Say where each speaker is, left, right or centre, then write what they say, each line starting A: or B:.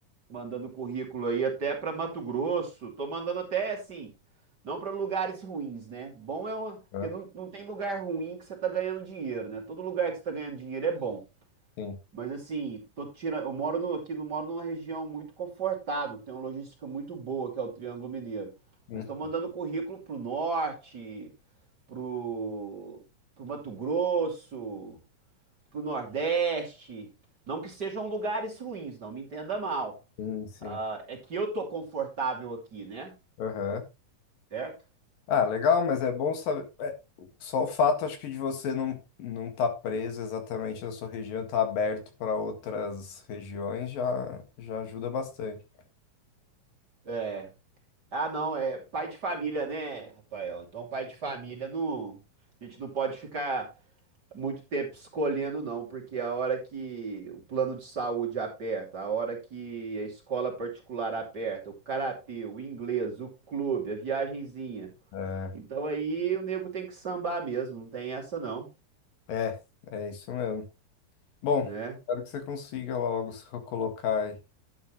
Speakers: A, on the right (about 30°); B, on the left (about 80°).
A: mandando currículo aí até para Mato Grosso. Tô mandando até assim, não para lugares ruins, né? Bom é o- porque
B: Aham.
A: não, não tem lugar ruim que você tá ganhando dinheiro, né? Todo lugar que você tá ganhando dinheiro é bom.
B: Sim.
A: Mas assim, tô tirando, eu moro no, aqui, não moro numa região muito confortável, que tem uma logística muito boa, que é o Triângulo Mineiro.
B: Hum.
A: Mas estou mandando currículo pro norte, pro, pro Mato Grosso pro Nordeste. Não que sejam lugares ruins, não me entenda mal.
B: Sim, sim.
A: Ah, é que eu tô confortável aqui, né?
B: Aham.
A: Certo?
B: Ah, legal, mas é bom saber. é, só o fato, acho que, de você não não estar preso exatamente na sua região, estar aberto para outras regiões já, já ajuda bastante.
A: É. Ah, não, é pai de família, né, Rafael? Então, pai de família, não... a gente não pode ficar muito tempo escolhendo, não, porque a hora que o plano de saúde aperta, a hora que a escola particular aperta, o karatê, o inglês, o clube, a viagenzinha.
B: É,
A: Então, aí o nego tem que sambar mesmo, não tem essa, não,
B: é, é isso mesmo. Bom,
A: né?
B: espero que você consiga logo se recolocar aí.